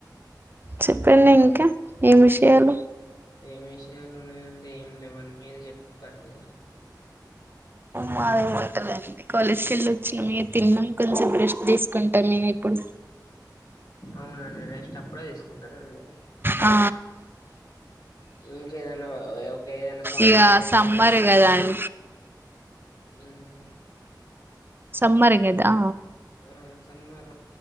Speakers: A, on the right; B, on the left.
A: చెప్పండి ఇంకా ఏం విషయాలు
B: ఏం విషయాలున్నాయండి ఏం లేవండి మీరు చెప్పండి
A: మాగా ఉంటందండి కాలేజ్ కెల్లి వచ్చిన మీ తిన్నాం కొంచెం బ్రెష్ తీసుకుంటా మేము ఇప్పుడు
B: అవునండి రెస్ట్ అప్పుడే తీసుకుంటానండి
A: ఆ
B: ఇంకేదన్నా ఇంక ఏదైనా సాంగ్
A: ఇగ
B: పాడొచ్చు
A: సమ్మర్
B: కదండి
A: కదా అం
B: ఊమ్
A: సమ్మర్గదా
B: ఆ సమ్మర